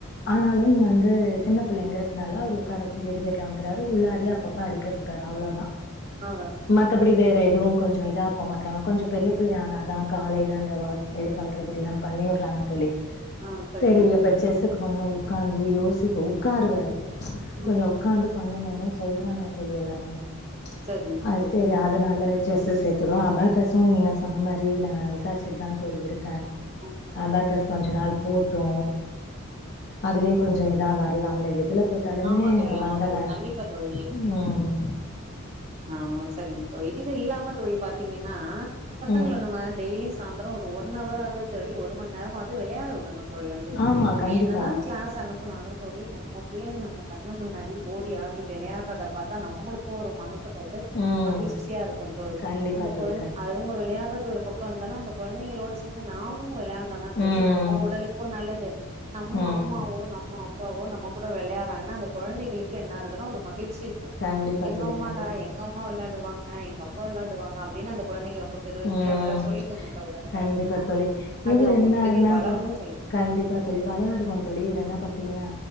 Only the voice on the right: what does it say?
ஆ
ஆ சரிங்க
தோழி
ம்
சரிங்க
தோழி
சரிங்க
ஆ சரிங்க
ஆமா தோழி ஆமா
தோழி
கண்டிப்பா தோழி
ஆ சரிங்க தோழி இது இல்லாம தோழி பாத்தீங்கன்னா பசங்கள
நம்ம டெய்லியு சாந்ரோ ஒன் அவராவது தோழி ஒரு மண் நேரமாது வெளையாட விடணு தோழி வந்து
நம்ம
என்னதா கிளாஸ் அனுப்பனாலு தோழி நம்மோ பிள்ளைங்க நம்ம கண்ணு முன்னாடி ஓடி ஆடி விளையாடுறத பாத்தா நம்மளுக்கு ஒரு மனசு வந்து
மகிழ்ச்சியா இருக்குந்தோழ்
அந்த
கொழந்த
அழு அவுங்க விளையாடுறது ஒரு பக்கோ இருந்தாலு அந்த கொழந்தைகளோடு சேர்ந்து நாமும் விளையாண் டானா தோழி
நம்ம உடலுக்கு நல்லது நம்ம
அம்மாவோ நம்ம அப்பாவோ நம்ம கூட வெளையாடுறாங்கன்னா அந்த கொழந்தைகளுக்கு என்னாயிருதுனா ஒரு மகிழ்ச்சி இருக்கு
எங்க
அம்மாடா
எங்க அம்மா வெளாடு டுவாங்க எங்க அப்பா வெளாடுவாங்க அப்டின்னு அந்த கொழந்தைங்க ரொம்ப பெருமையா
வேற சொல்லிக்குங்க தோழி அது
பாத்தீங்ன்னா
அது
அவங்களுக்கு
பெரிய பலனு
சொல்லா